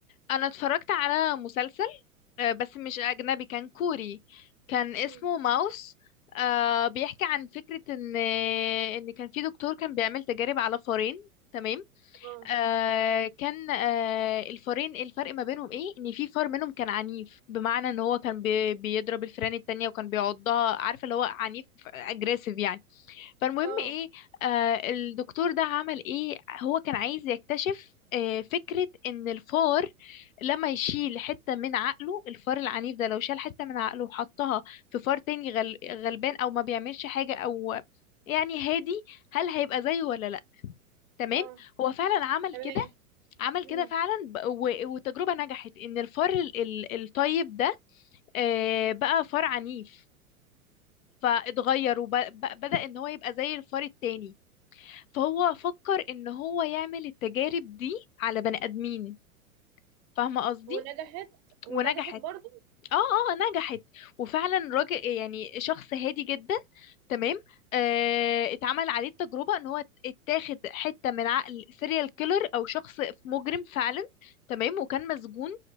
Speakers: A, on the left; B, on the right.
A: انا اتفرجت على مسلسل آه، بس مش اجنبي كان كوري كان اسمه
B: مم.
A: ماوس آه، بيحكي عن فكرة ان ان كان في دكتور كان بيعمل تجارب على فارين تمام
B: اه
A: آه كان آه الفارين الفرق ما بينهم ايه ان في فار منهم كان عنيف بمعنى ان هو كان بي بيضرب الفئران التانية وكان بيعضها عارفة اللي هو عنيف اجريسيف يعني فالمهم
B: اه
A: ايه آه الدكتور ده عمل ايه هو كان عايز يكتشف آه فكرة ان الفار لما يشيل حتة من عقله الفار العنيف ده لو شال حتة من عقله وحطها في فار تاني غل غلبان او ما بيعملش حاجة او يعني هادي هل هيبقى زيه ولا لا تمام
B: اه
A: هو فعلا عمل
B: تمام
A: كده عمل كده
B: امم
A: فعلا ب- و- والتجربة نجحت ان الفار ال- ال- الطيب ده آه بقى فار عنيف فاتغير وبدأ ان هو يبقى زي الفار التاني فهو فكر ان هو يعمل التجارب دي على بني ادمين فاهمه قصدي
B: ونجحت ونجحت
A: ونجحت
B: برضو
A: اه اه نجحت وفعلا راجل يعني شخص هادي جدا تمام آه اتعمل عليه التجربه ان هو اتاخد حته من عقل سيريال كيلر او شخص مجرم فعلا تمام وكان مسجون